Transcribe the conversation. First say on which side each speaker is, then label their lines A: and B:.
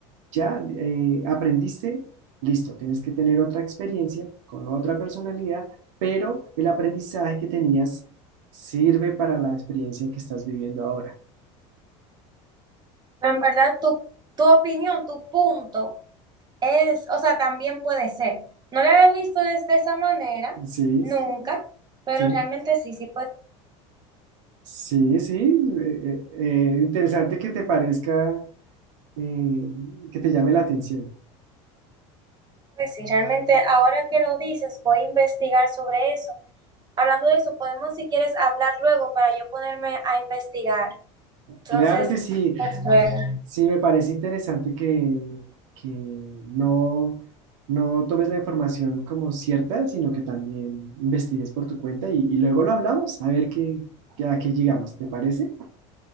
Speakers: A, on the right (about 85°); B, on the right (about 25°).
A: ya eh, aprendiste, listo, tienes que tener otra experiencia con otra personalidad, pero el aprendizaje que tenías sirve para la experiencia que estás viviendo ahora.
B: Pero en verdad, tu, tu opinión, tu punto es, o sea, también puede ser. No lo había visto desde esa manera,
A: Sí,
B: nunca, pero
A: sí,
B: realmente sí, sí puede
A: sí, sí. eh, eh, eh, interesante que te parezca, eh, que te llame la atención.
B: pues sí, realmente ahora que lo dices, voy a investigar sobre eso. Hablando de eso, podemos si quieres hablar luego para yo ponerme a investigar. Entonces,
A: Claro que sí.
B: hasta luego.
A: Sí, me parece interesante que, que no, no tomes la información como cierta, sino que también investigues por tu cuenta y, y luego lo hablamos, a ver qué, qué- a qué llegamos, ¿te parece?